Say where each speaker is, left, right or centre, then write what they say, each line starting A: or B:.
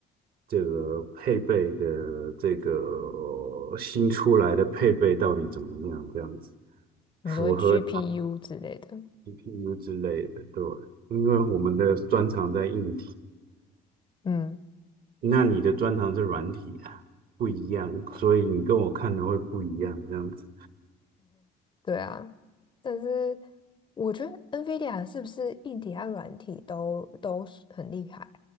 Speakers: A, on the right; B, on the left.
A: 这个配备的这个新出来的配备到底怎么样，这样子
B: 你说
A: 符合
B: GPU 之类的，
A: GPU 之类的，对，因为我们的专长在硬体，
B: 嗯，
A: 那你的专长是软体啊，不一样，所以你跟我看的会不一样，这样子。
B: 对啊，但是我觉得 NVIDIA 是不是硬体和软体都都是很厉害啊？